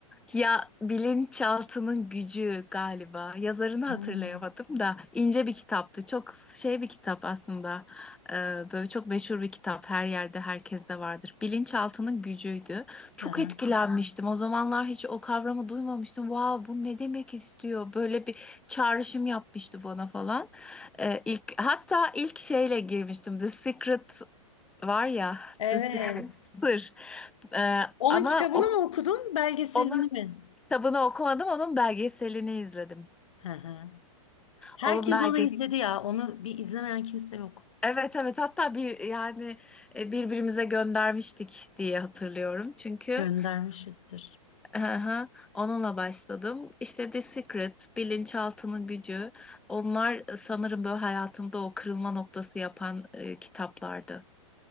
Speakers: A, in the centre; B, on the left (about 65°).
A: ya bilinçaltının gücü galiba. Yazarını
B: Hmm.
A: hatırlayamadım da ince bir kitaptı. Çok şey bir kitap aslında. Ee, böyle çok meşhur bir kitap. Her yerde herkeste vardır. Bilinçaltının gücüydü. Çok
B: Hı hı.
A: etkilenmiştim. O zamanlar hiç o kavramı duymamıştım. Vav bu ne demek istiyor? Böyle bir çağrışım yapmıştı bana falan. Ee, ilk hatta ilk şeyle girmiştim. The Secret Var ya
B: Evet.
A: The Evet. Sır. Ee,
B: Onun
A: ama
B: kitabını
A: o,
B: mı okudun, belgeselini
A: onun
B: mi?
A: kitabını okumadım, onun belgeselini izledim.
B: Hı hı. Herkes
A: Onun belge
B: onu izledi ya. Onu bir izlemeyen kimse yok.
A: Evet evet hatta bir yani e, birbirimize göndermiştik diye hatırlıyorum. Çünkü
B: Göndermişizdir.
A: aha, onunla başladım. İşte The Secret, Bilinçaltının Gücü. Onlar sanırım böyle hayatımda o kırılma noktası yapan e, kitaplardı.